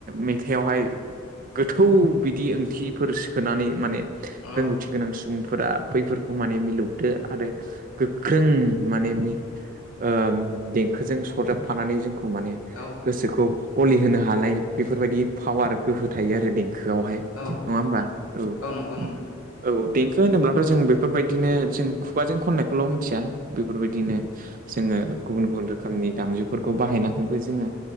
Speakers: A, on the right; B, on the left.
A: मेथाइावहाय गोथौ बिदि ओंथिफोर सोनानै माने
B: औ
A: रोंगौथि गोनां सुबुंफोरा बैफोरखौ माने मिलौदो आरो गोख्रों माने ओ देंखोजों सरजाबफानानै जोंखौ माने
B: औ
A: गोसोखौ गलि होनो हानाय बेफोरबायदि पावार गोहो थायो आरो देंखोआवहाय
B: औ
A: नङा होमबा औ
B: नंगौ नोंथां
A: औ देंखो होनोब्लाथ' जों बेफोरबायदिनो जों खुगाजों खननायखौल' मिथिया बेफोरबायदिनो जोङो गुबुन गुबुन रोखोमनि दामजु फोरखौ बाहायनानैबो जोङो